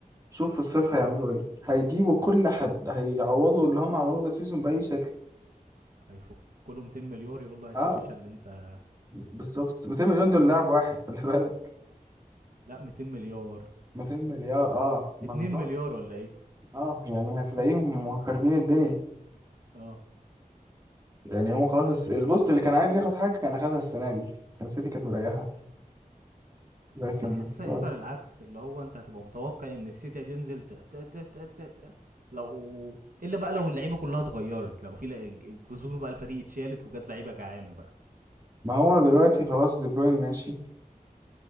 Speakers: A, on the right; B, on the right.
A: شوف في الصيف هيعملوا ايه هيجيبوا كل حد هيعوضوا اللي هم عملوه ده سيزون بأي شكل
B: هيفك كله 200 مليار يقول له هات
A: اه
B: يا باشا اللي انت
A: بالظبط 200 مليون دول لاعب واحد خلي بالك
B: لا 200 مليار
A: 200 مليار اه ما
B: 2
A: بالظبط
B: مليار ولا ايه
A: اه يعني
B: اتنين-
A: هتلاقيهم خاربين الدنيا
B: اه
A: يعني هو خلاص الس- البوست اللي كان عايز ياخد حاجة كان أخدها السنة دي كان سيتي كانت مريحة لكن
B: بس انا حاسس هيحصل
A: خلاص
B: العكس اللي هو انت هتبقى متوقع ان السيتي هتنزل ت... ت... ت... ت... ت... ت... لو الا بقى لو اللعيبه كلها اتغيرت لو في لع- الجذور بقى الفريق اتشالت وجات لعيبه جعانه بقى
A: ما هو دلوقتي خلاص دي بروين ماشي